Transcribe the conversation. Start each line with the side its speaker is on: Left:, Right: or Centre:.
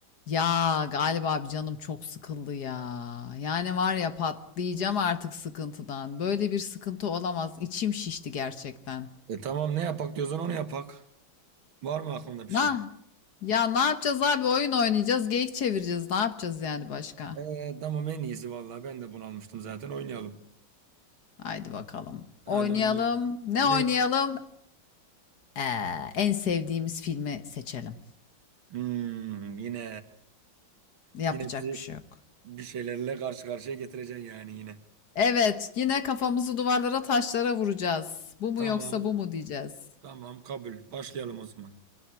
Left: Ya galiba abi canım çok sıkıldı ya. Yani var ya patlayacağım artık sıkıntıdan. Böyle bir sıkıntı olamaz. İçim şişti gerçekten.
Right: E tamam ne yapak diyorsan onu yapak. Var mı aklında bir
Left: Na
Right: şey?
Left: ya ne yapacağız abi? Oyun oynayacağız, geyik çevireceğiz. Ne yapacağız yani başka?
Right: E tamam en iyisi vallahi ben de bunu almıştım zaten oynayalım.
Left: Haydi bakalım.
Right: Hadi
Left: Oynayalım.
Right: oynayalım.
Left: Ne
Right: Ne?
Left: oynayalım? Ee, en sevdiğimiz filmi seçelim.
Right: Hmm, yine
Left: Yapacak
Right: yine bizi
Left: bir şey yok.
Right: bir şeylerle karşı karşıya getireceksin yani yine.
Left: Evet, yine kafamızı duvarlara, taşlara vuracağız. Bu mu
Right: Tamam
Left: yoksa bu mu diyeceğiz.
Right: tamam kabul. Başlayalım o zaman.